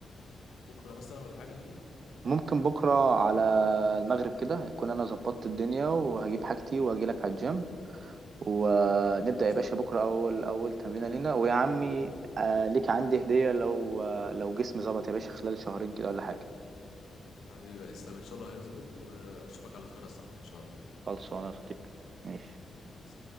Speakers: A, on the left; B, on the right.
A: بكره مثلا ولا حاجه نيجي
B: ممكن بكرة على المغرب كده يكون أنا ظبطت الدنيا وهجيب حاجتي وأجيلك على الجيم ونبدأ
A: خلاص
B: يا باشا بكرة أول أول تمرينة لينا ويا عمي آه ليك عندي هدية لو آه لو جسمي ظبط يا باشا خلال شهرين كده ولا حاجة
A: حبيبي يا اسلام ان شاء الله هيظبط واشوفك على خير يا صاحبي ان شاء الله
B: خلصانة يا صديقي ماشي
A: خلاص